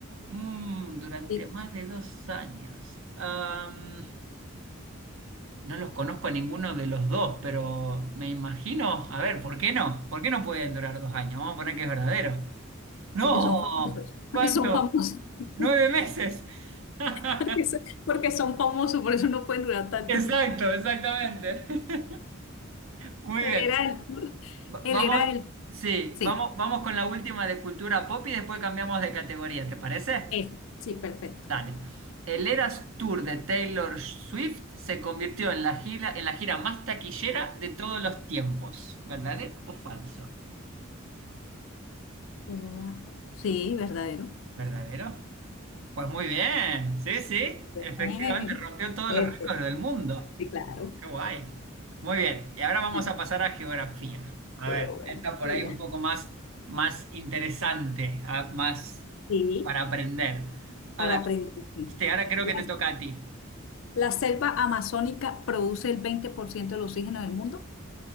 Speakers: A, on the right (about 70°); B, on the left (about 70°).
A: Mm, durante
B: Sí.
A: más de dos años. Am, no los conozco a ninguno de los dos, pero me imagino, a ver, ¿por qué no? ¿Por qué no pueden durar dos años? Vamos a poner que es verdadero. No,
B: Porque son famosos.
A: ¿cuánto?
B: Porque son famosos. <laughs>
A: Nueve meses. <laughs>
B: Porque son, porque son famosos, por eso no pueden durar tanto.
A: Exacto, exactamente. <laughs> Muy
B: Él
A: bien.
B: era el,
A: Va-
B: él
A: Vamos,
B: era el,
A: sí,
B: sí,
A: vamos, vamos con la última de cultura pop y después cambiamos de categoría, ¿te parece?
B: eso, sí, perfecto.
A: Dale. El Eras Tour de Taylor Swift se convirtió en la gira, en la gira más taquillera de todos los tiempos. ¿Verdadero o falso?
B: Él era, sí, verdadero.
A: ¿Verdadero? Pues muy bien. Sí, sí. Efectivamente,
B: Bien.
A: rompió todos
B: Perfecto,
A: los récords del mundo.
B: sí, claro.
A: Qué guay. Muy bien. Y ahora vamos
B: Bueno,
A: a pasar a geografía. A
B: geografía.
A: ver, esta por ahí un poco más, más interesante, ah, más
B: Sí.
A: para aprender. A
B: para
A: ver,
B: aprenderse.
A: sí, ahora creo
B: La,
A: que te toca a ti.
B: la selva amazónica produce el 20% del oxígeno del mundo,